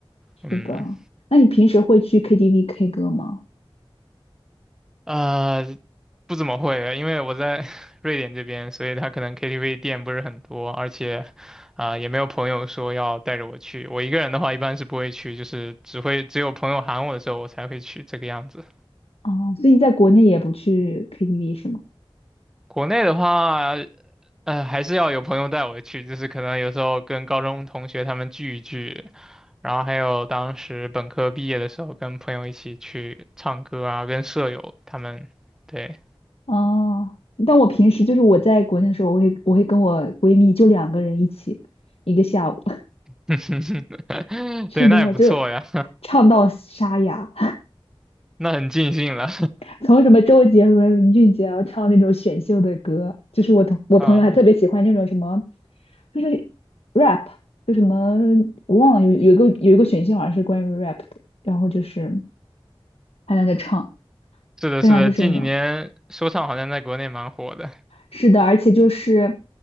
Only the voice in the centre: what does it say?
嗯。
呃，不怎么会，因为我在 <laughs> 瑞典这边，所以他可能 KTV 店不是很多，而且，啊、也没有朋友说要带着我去。我一个人的话，一般是不会去，就是只会只有朋友喊我的时候，我才会去这个样子。
国内的话，呃，还是要有朋友带我去，就是可能有时候跟高中同学他们聚一聚，然后还有当时本科毕业的时候，跟朋友一起去唱歌啊，跟舍友他们，对，
<laughs>
对，那也不错呀。
那很尽兴了
<laughs> 啊！
是的，
是的，近几年说唱好像在国内蛮火的，